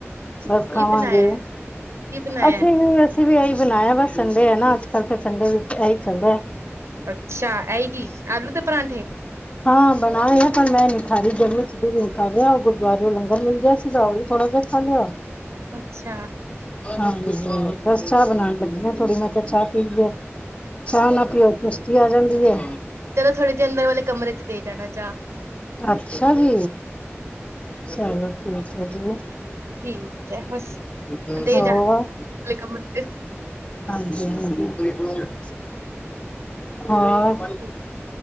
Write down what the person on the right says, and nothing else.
ਕੀ
ਬਣਾਇਆ ਕੀ ਬਣਾਇਆ
ਅੱਛਾ ਇਹੀ ਕਿ ਦੇ ਪਰਾਂਠੇ?
ਅੱਛਾ
ਚਲੋ ਥੋੜੇ ਜਿਹੇ ਅੰਦਰ ਵਾਲੇ ਕਮਰੇ ਚ ਦੇ ਜਾਣਾ ਚਾਹ
ਠੀਕ ਹੈ ਬਸ
ਦੇ ਜਾਣ ਵਾਲੇ ਕਮਰੇ ਚ
ਠੀਕ,